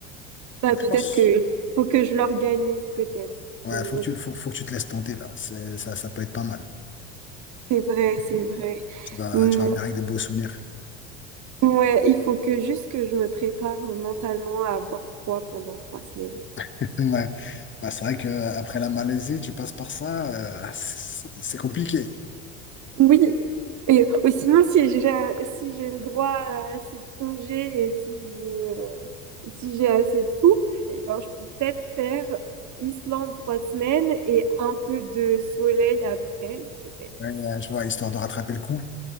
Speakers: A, on the right (about 50°); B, on the left (about 30°).
A: Bah,
B: Donc
A: peut-être
B: je pense,
A: que faut que je l'organise, peut-être.
B: ouais,
A: Faut-
B: faut que tu, faut, faut que tu te laisses tenter là. C'est, ça, ça peut être pas mal.
A: C'est vrai, c'est vrai.
B: Tu vas,
A: Hmm,
B: tu vas revenir avec des beaux souvenirs.
A: ouais, il faut que juste que je me prépare mentalement à avoir froid pendant trois semaines.
B: <laughs> Ouais. Bah, c'est vrai que après la Malaisie, tu passes par ça, euh, c'est c'est compliqué.
A: Oui, et ou sinon si j'ai si j'ai le droit à assez de congés et si je euh, si j'ai assez de sous, et ben je peux peut-être faire Islande trois semaines et un peu de soleil après, peut-être.
B: Ouais, je vois, histoire de rattraper le coup.